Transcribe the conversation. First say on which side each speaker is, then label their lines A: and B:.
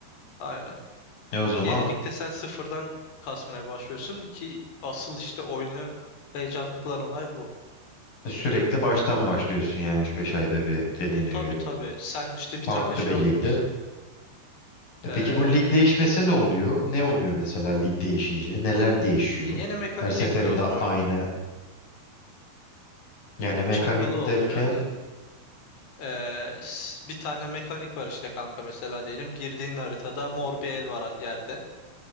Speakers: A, on the left; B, on the left.
A: Aynen.
B: E o zaman
A: Yeni ligde sen sıfırdan kasmaya başlıyorsun ki asıl işte oyunu heyecanlı kılan olay bu.
B: sürekli baştan başlıyorsun yani üç beş ayda bir dediğine
A: Tabii
B: göre.
A: tabii. Sen işte bir
B: Farklı
A: tane şey
B: bir
A: oynuyorsun.
B: ligde. E
A: Ee,
B: peki bu lig değişmesi ne oluyor? Ne oluyor mesela lig değişince? Neler değişiyor?
A: yeni mekanik
B: Her seferinde
A: ekliyorlar
B: aynı
A: oyuna.
B: yani mekanik
A: Çakılı oluyor.
B: derken
A: Ee, s- bir tane mekanik var işte kanka mesela diyelim. Girdiğin haritada mor bir el var yerde.